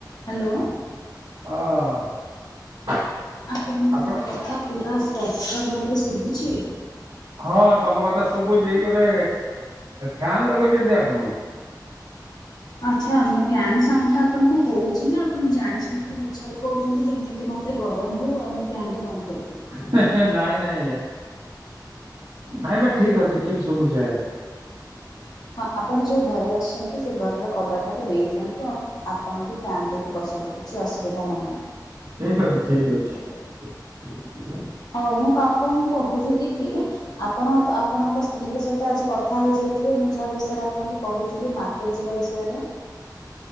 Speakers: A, on the left (about 65°); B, on the right (about 65°).
A: Hello
B: ହଁ
A: ଆପଣଙ୍କୁ
B: ଆପଣ
A: ମୋ କଥା ପୁରା ସ୍ପଷ୍ଟ ଭାବରେ ଶୁଭୁଛି
B: ହଁ ତମ କଥା ଶୁଭୁଛି ଗୋଟେ ଫ୍ୟନ୍ ଲଗେଇଛନ୍ତି ଆପଣ
A: ଆ୍ଛା ମୋ ଫ୍ୟାଣ୍ଡ ଟା ଆପଣଙ୍କୁ କହୁଛି ନା ଆପଣ ଜାଣି ଶୁଣିକି ମିଛରେ କହୁଛନ୍ତି ଯେମିତି ତେ ଗରମ ହଉ ଆଉ ମୁଁ ଫ୍ୟାନ୍ଟା ବନ୍ଦ କରିଦିଏ।
B: ନାଇଁ ନାଇଁ ଆଜ୍ଞା ନାଇଁ ଭାଇ ଠିକ ଅଛି ଠିକ ଶୁଖୁଛ
A: ହଁ ଆପଣ ଯୋଉ ଘରେ ବସିଛନ୍ତି ସେ ଘରର କବାଟାକୁ ଦେଇ ଦିଅନ୍ତୁ ଆଉ ଆପଣ ବି ଫ୍ୟନ୍ ଦେଇକି ବସ ଛନ୍ତି କିଛି ଅସୁବିଧା ନାହିଁ
B: ଠିକ ଅଛି ଠିକ ଅଛି
A: ହ ମୁଁ ପା କଣ କହୁଥିଲି କି ଆପଣ ଆପଣଙ୍କ ସ୍ତ୍ରୀଙ୍କ ସହିତ ଆଜି କଥା ହେଇଯାଇଥିବେ ମୁଁ ା ବିୟରେ ଆପଣଙ୍କୁ କହିଥିଲି ମାର୍କେଟ ଯିବା ବିଷୟରେ